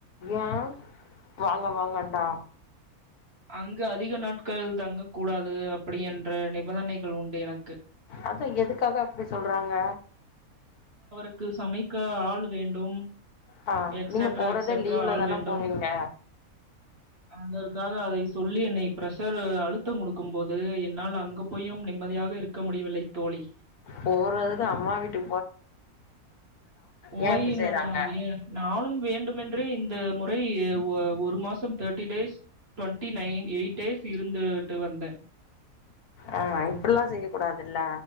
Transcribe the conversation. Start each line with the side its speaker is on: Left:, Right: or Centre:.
Left: ஏ வாங்க வாங்கன்டா
Right: அங்க அதிக நாட்கள் தங்க கூடா து அப்படி என்ற நிபந்தனைகள் உண்டு எனக்கு
Left: அதா எதுக்காக அப்டி சொல்றாங்க
Right: க்கு சமைக்க ஆளு வேண்டும்
Left: ஆ
Right: எக்செட்ரா
Left: நீங்க போறதே
Right: எக்செட்ரா
Left: லீவ்ல
Right: ஆள்
Left: தான
Right: வேண்டும்
Left: போவீங்க
Right: அதற்காக அதை சொல்லி என்னை பிரெஷரு அழுத்தங் குடு க்கும் போது என்னால் அங்க போயும் நிம்மதியாக இருக்க முடியவில்லை தோழி
Left: போறது அம்மா வீட்டு
Right: போயி
Left: ஏ இப்டி செய்றாங்க
Right: நானு அபியே நானும் வேண்டுமென்றே இந்த முறை உ ஒரு மாசம் தேட்டி days twenty nine eight days இருந்துட்டு வந்தே
Left: ஆஹ் இப்டில்லா செய்ய கூடாதுல்ல